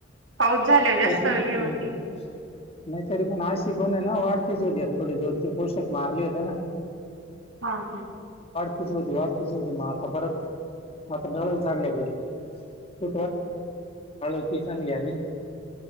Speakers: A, on the right (about 75°); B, on the left (about 30°).
A: पाऊस झाल्यावर जास्त
B: तशी
A: हे
B: हम्म
A: होती
B: नाइ तरी पण अशी पण हाय ना वाढ <unintelligible> थोडे दोन तीन पोषक मारले होते ना.
A: हा हा.
B: <unintelligible> तुझं होती म आता परत आता नळल चांगल्या पैकी <unintelligible> ती चांगली आली ना